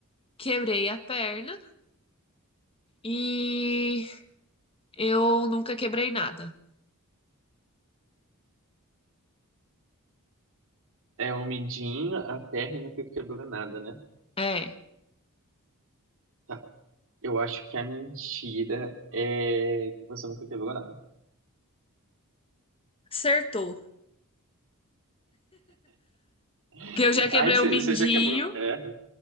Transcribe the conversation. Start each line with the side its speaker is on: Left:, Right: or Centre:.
Left: quebrei a perna e eu nunca quebrei nada.
Right: É o midinho a perna e nunca quebrou nada, né?
Left: É,
Right: Tá. Eu acho que a mentira é que você nunca quebrou nada.
Left: acertou.
Right: <laughs>
Left: Porque eu já quebrei
Right: Ai, você
Left: o mindinho,
Right: você já quebrou a perna?